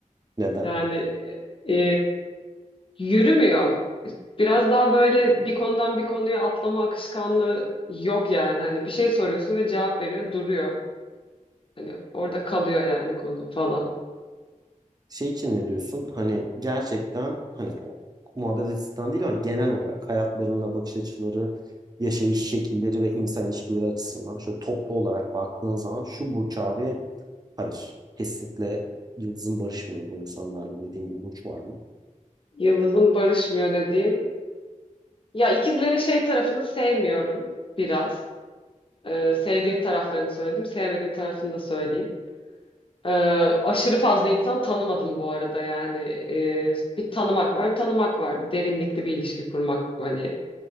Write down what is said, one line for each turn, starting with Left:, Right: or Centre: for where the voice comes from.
Right: <laughs> Neden?
Left: Yani e, yürümüyor. Biraz daha böyle bir konudan bir konuya atlama akışkanlığı yok yani. Hani bir şey soruyorsun ve cevap veriyor, duruyor. Hani orada kalıyor yani konu falan.
Right: şey için ne diyorsun? Hani gerçekten hani o muhabbet açısından değil ama genel olarak hayatlarına bakış açıları, yaşayış şekilleri ve insan ilişkileri açısından şöyle toplu olarak baktığın zaman şu Burç abi hayır. Kesinlikle yıldızın barışmıyor bu insanlarla dediğim bir Burç var mı?
Left: Yıldız'ın barışmıyor dediğim. Ya ikizlerin şey tarafını sevmiyorum biraz. Ee, sevdiğim taraflarını söyledim, sevmediğim tarafını da söyleyeyim. Ee, aşırı fazla insan tanımadım bu arada yani. Ee, bir tanımak var, bir tanımak var. Bir derinlikli bir ilişki kurmak, hani